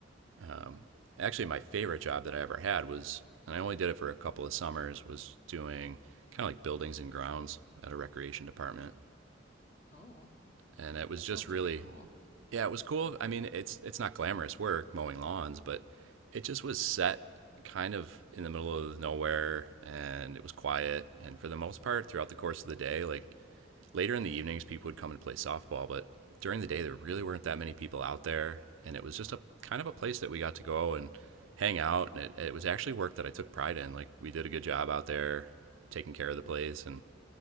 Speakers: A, on the right; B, on the left.
A: Um, actually, my favorite job that I ever had was, and I only did it for a couple of summers, was doing kind of like buildings and grounds at a recreation department,
B: Oh,
A: and it was
B: that
A: just
B: sounds
A: really
B: pretty cool.
A: yeah, it was cool. I mean, it's it's not glamorous work mowing lawns, but it just was set kind of in the middle of nowhere and it was quiet and for the most part throughout the course of the day, like later in the evenings people would come and play softball, but during the day there really weren't that many people out there and it was just a kind of a place that we got to go and hang out and it, it was actually work that I took pride in. Like we did a good job out there taking care of the place and